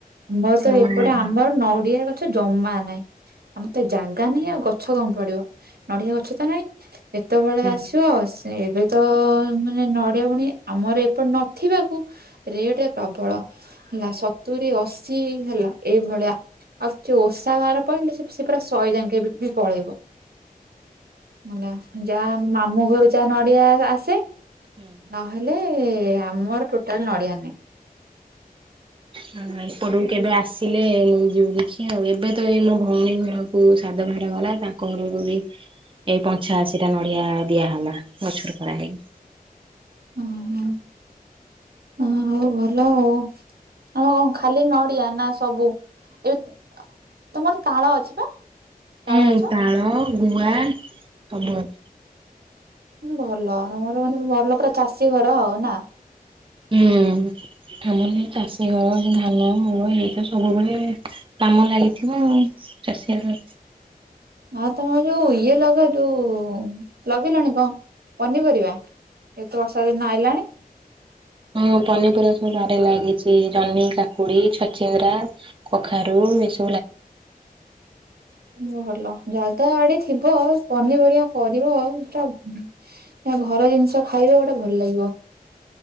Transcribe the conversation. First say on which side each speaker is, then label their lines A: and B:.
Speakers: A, on the right (about 85°); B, on the right (about 35°).
A: ଆମର ତ
B: ହଁ
A: ଏପଟେ ଆମର ନଡିଆ ଗଛ ଜମା ନାହିଁ। ଆମ ତ ଜାଗା ନାହିଁ ଆଉ ଗଛ କଣ ପଡିବ, ନଡିଆ ଗଛ ତ ନାଇଁ। ଏତେବେଳେ
B: ହୁଁ
A: ଆସିବ ସେ ଏବେ ତ ମାନେ ନଡ୍ ପୁଣି ଆମର ଏପଟ ନଥିବାକୁ ରେଟ ପ୍ରବଳ। ହେଲା ସତୁରି, ଅଶି ହେଲା ଏଇଭଳିଆ ଆଉ କିଛି ଓଷା ବାର ପାଇଲେ ସେ ସେ ପୁରା ଶହେ ଯାକେ ବି ପଳେଇବ। ହେଲା ଯାହା ମାମୁଁ ଘରୁ ଯାହା ନଡିଆ ଆସେ।
B: ହୁଁ।
A: ନହେଲେ ଆମର ଟୋଟାଲ ନଡିଆ ନାହିଁ।
B: ହୁଁ ଏପଟକୁ କେବେ ଆସିଲେ ଯିବୁ ଦେଖି ଆଉ ଏବେ ତ ଏଇ ମୋ ଭଉଣୀ ଘରକୁ ସାଦ ଭାର ଗଲା ତା କହିବୁନି ଏଇ ପଞ୍ଚାଅଶି ଟା ନଡିଆ ଦିଆହଲା ଗଛୁରୁ ପରାହେଇକି।
A: ହୁଁ ଉଁ ହ ହଉ ଭଲ ଆଉ। କଣ କଣ ଖାଲି ନଡିଆ ନା ସବୁ? ଏ ତମର ତାଳ ଅଛି ପା? ତାଳ
B: ହୁଁ
A: ଗଛ
B: ତାଳ ଗୁଆ କମଳା
A: ହୁଁ ଭଲ ତମର ମାନେ ଭଲ ପୁରା ଚାଷୀ ଘର ଆଉ ନା?
B: ହୁଁ ଆମର ଏ ଚାଷୀ ଘର ଧାନ ମୁଳ ଏଇତ ସବୁବେଳେ କାମ ଲାଗିଥିବ ଚାଷିଘର
A: ଆ ତମର ଯୋଉ ଇଏ ଲଗା ଯୋଉ ଲଗେଇଲଣି କଣ ପନିପରିବା? ଏଇତ ବର୍ଷା ଦିନ ଆଇଲାଣି।
B: ହଁ ପନିପରିବା ସବୁ ବାଡିରେ ଲାଗିଛି ଜହ୍ନି କାକୁଡି ଛଚିନ୍ଦ୍ରା। କଖାରୁ ଏଇସବ
A: ହଁ ଭଲ। ଜାଗା ବାଡି ଥିବ ପନିପରିବା କରିବ ସେଟା ହଁ ଘର ଜିନିଷ ଖାଇବ ଗୋଟେ ଭଲ ଲାଗିବ।